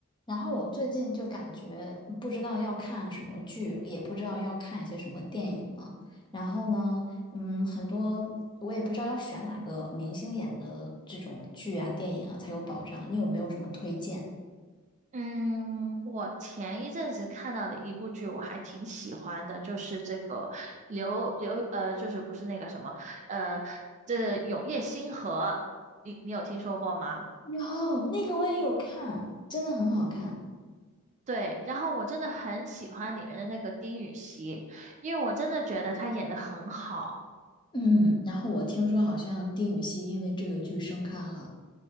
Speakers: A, on the left; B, on the right.
A: 然后我最近就感觉不知道要看什么剧，也不知道要看一些什么电影了。然后呢，嗯，很多我也不知道要选哪个明星演的这种剧啊、电影啊才有保障。你有没有什么推荐？
B: 嗯，我前一阵子看到的一部剧，我还挺喜欢的，就是这个刘刘呃，就是不是那个什么呃，这《永夜星河》，你你有听说过吗？
A: 有，那个我也有看，真的很好看。
B: 对，然后我真的很喜欢里面的那个丁禹兮，因为我真的觉得他演的很好。
A: 嗯，然后我听说好像丁禹兮因为这个剧升咖了。